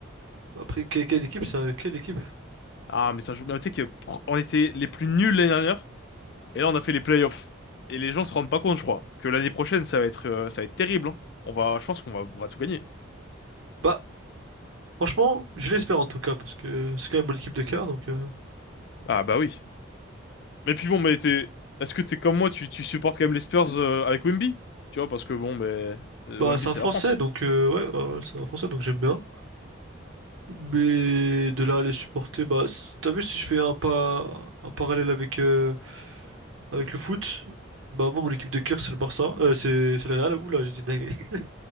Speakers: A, on the right (about 80°); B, on the left (about 55°).
A: Après, que- quelle, équipe, c'est quelle équipe?
B: Ah, mais ça joue. Mais Tu sais que pr- on était les plus nuls l'année dernière. Et là, on a fait les playoffs. Et les gens se rendent pas compte, je crois, que l'année prochaine, ça va être, euh, ça va être terrible. hein. On va, je pense qu'on va, on va tout gagner.
A: Bah, franchement, je l'espère en tout cas, parce que c'est quand même mon équipe de cœur, donc... euh,
B: Ah bah oui. Mais puis bon, mais t'es, est-ce que t'es comme moi, tu, tu supportes quand même les Spurs euh, avec Wemby? Tu vois, parce que bon, mais euh,
A: Bah,
B: Wemby,
A: c'est un
B: c'est
A: Français,
B: la France.
A: donc... euh, ouais, voilà, c'est un Français, donc j'aime bien. Mais de là à les supporter, bah... c'est- T'as vu, si je fais un pas... un parallèle avec, euh, avec le foot, bah moi, mon équipe de cœur, c'est le Barça. Euh, c'est c'est le Real. Ouh là, j'ai dit dingue.